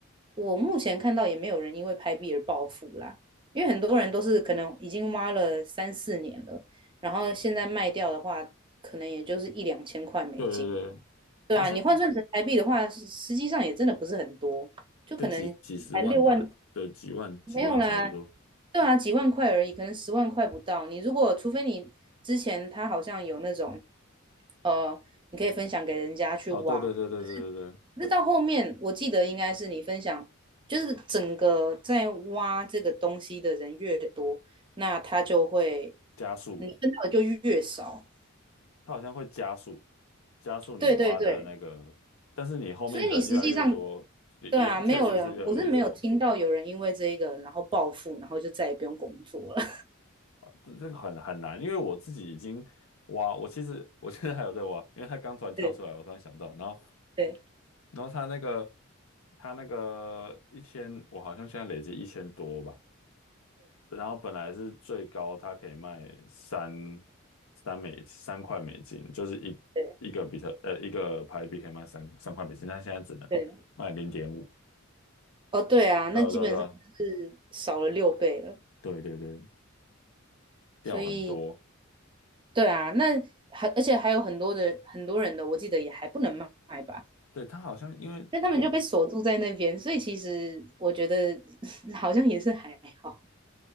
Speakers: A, on the right; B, on the left.
A: 我目前看到也没有人因为拍币而暴富啦，因为很多人都是可能已经挖了三四年了，然后现在卖掉的话，可能也就是一两千块美金，
B: 对对对，
A: 对啊，
B: 好像
A: 你换算成台币的话，实实际上也真的不是很多，就可能才六万
B: 就几几十万吧，的几万几万差不多。
A: 没有啦，对啊，几万块而已，可能十万块不到。你如果除非你之前他好像有那种，呃，你可以分享给人家去挖，
B: 哦，对对对对对对对，
A: 可是到后面我记得应该是你分享，就是整个在挖这个东西的人越多，那他就会
B: 加速，
A: 你分到的就越少。
B: 它好像会加速，加速你挖的那个，
A: 对对对，
B: 但是你后面人越来越多，
A: 所以你实际上
B: 也一样，
A: 对啊，没有人，
B: 确实是越来越少。
A: 我是没有听到有人因为这一个然后暴富，然后就再也不用工作了。
B: 这这个很很难，因为我自己已经挖，我其实我现在还有在挖，因为它刚突然跳出来，
A: <laughs> 对
B: 我突然想到，然后
A: 对
B: 然后它那个它那个一千，我好像现在累积一千多吧。然后本来是最高它可以卖三三美三块美金，就是一一个比特呃一个牌币可以卖三三块美金，
A: 对。
B: 但现在只能卖零点五。
A: 对，哦，对啊，那基本上是少了六倍了，
B: 对啊对啊对啊对对对，掉很多。
A: 所以对啊，那还而且还有很多的很多人的，我记得也还不能卖吧，
B: 对，它好像因为我
A: 那他们就被锁住在那边，所以其实我觉得 <laughs> 好像也是还好，